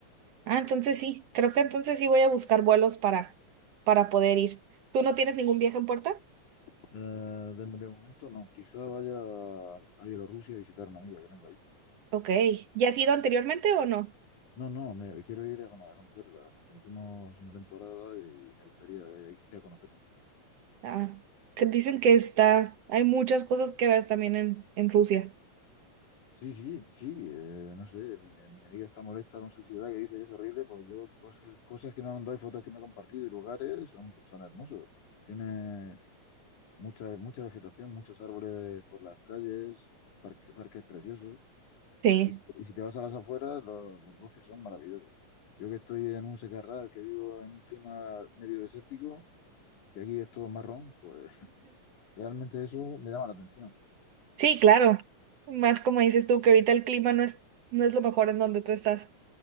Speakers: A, on the right; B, on the left.
A: Ah, entonces sí, creo que entonces sí voy a buscar vuelos para, para poder ir. ¿Tú no tienes ningún viaje en puerta?
B: Eh, de, de momento no, quizá vaya a Bielorrusia a visitar una amiga que tengo ahí.
A: Ok, ¿ya has ido anteriormente o no?
B: No, no, me, quiero ir a, cono- a conocerla. Nos conocemos una temporada y me gustaría eh, ir a conocerla.
A: Ah, que dicen que está, hay muchas cosas que ver también en, en Rusia.
B: Sí, sí, sí, eh, no sé, mi, eh, mi amiga está molesta con su ciudad y dice que es horrible, pues yo cosas que, cosas que me ha mandado y fotos que me ha compartido y lugares son, son hermosos. Tiene mucha, mucha vegetación, muchos árboles por las calles, parque- parques preciosos.
A: Sí,
B: Y, si y si te vas a las afueras, lo- los bosques son maravillosos. Yo que estoy en un secarral, que vivo en un clima medio desértico, que aquí es todo marrón, pues realmente eso me llama la atención.
A: sí, claro. Más como dices tú, que ahorita el clima no es, no es lo mejor en donde tú estás.